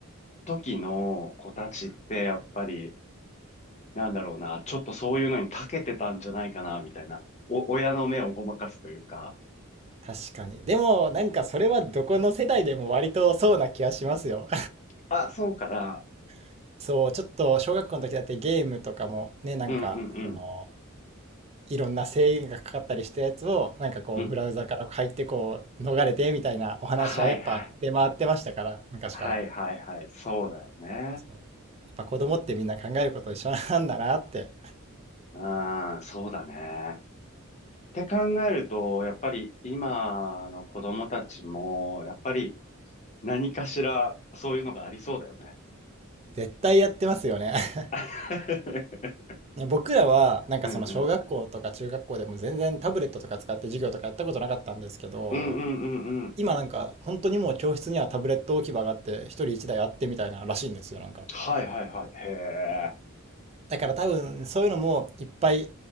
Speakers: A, on the left (about 35°); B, on the right (about 30°).
A: 時の子たちってやっぱり、なんだろうな、ちょっとそういうのに長けてたんじゃないかな、みたいな。お、親の目をごまかすというか、
B: 確かに。でも、なんかそれはどこの世代でも割とそうな気はしますよ。
A: あ、そうかな。
B: <laughs> そう、ちょっと小学校の時だってゲームとかもね、なんか、
A: うんうんうん。
B: このいろんな制限がかかったりしたやつを、なんかこうブラウザから入ってこう逃れてみたいなお話はやっぱ出回ってましたから、
A: うん。はいはい。
B: 昔から。
A: はいはいはい。そうだよね。
B: そう。やっぱ子供ってみんな考えること一緒なんだなって、
A: ああ、そうだね。って考えると、やっぱり今の子供たちも、やっぱり何かしらそういうのがありそうだよね。
B: 絶対やってますよね。<laughs>
A: <laughs>
B: ね僕らはなんかその小学校とか中学校でも全然タブレットとか使って授業とかやったことなかったんですけど、
A: うんうん。うんうんうんうん。
B: 今なんか本当にもう教室にはタブレット置き場があって一人一台あってみたいならしいんですよ、なんか。
A: はいはいはい。へえ。
B: だから多分そういうのもいっぱい